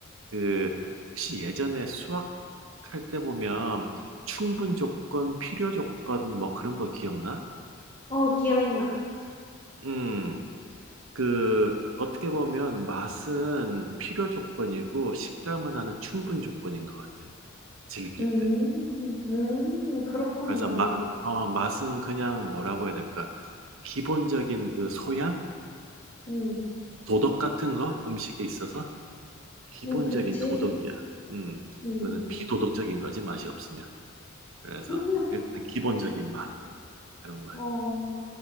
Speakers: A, on the right (about 65°); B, on the left (about 30°).
A: 그, 혹시 예전에 수학할 때 보면 충분 조건, 필요 조건, 뭐 그런 거 기억나?
B: 어, 기억나.
A: 음. 그, 어떻게 보면 맛은 필요 조건이고 식감은 하나 충분 조건인 것 같아. 즐길
B: 음.
A: 때.
B: 음. 그렇구나.
A: 그래서 맛, 어, 맛은 그냥 뭐라고 해야 될까. 기본적인 그 소양?
B: 음.
A: 도덕 같은 거? 음식에 있어서? 기본적인
B: 음 그치.
A: 도덕이야. 음,
B: 음.
A: 그거는 비도덕적인 거지, 맛이 없으면. 그래서
B: <laughs>
A: 일단 기본적인 맛, 그런 거야.
B: 어.